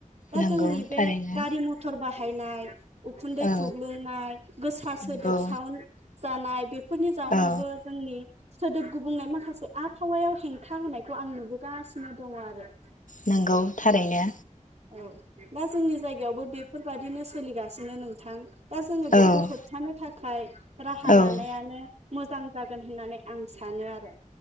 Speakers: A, on the right; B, on the left.
A: दा
B: नंगौ
A: जोंनि बे
B: थारैनो
A: गारि मथर बा फाइनाय उखुन्दै
B: औ
A: खुग्लुंनाय गोसा
B: नंगौ
A: सोदोबसावन जानाय बे बेफोरनि जाव
B: औ
A: नावबो सोदोब गुबुंनाय माखासे आबहावायाव हेंथा होनायखौ आं नुबोगासिनो दङ आरो
B: नोंगौ थारैनो
A: औ दा जोंनि जायगायावबो बेफोरबादिनो सोलिगासिनो नोंथां दा जोङो बेखौ
B: औ
A: होबथानो थाखाय खाय राहा
B: औ
A: लानायानो मोजां जागोन होननानै आं सानो आरो।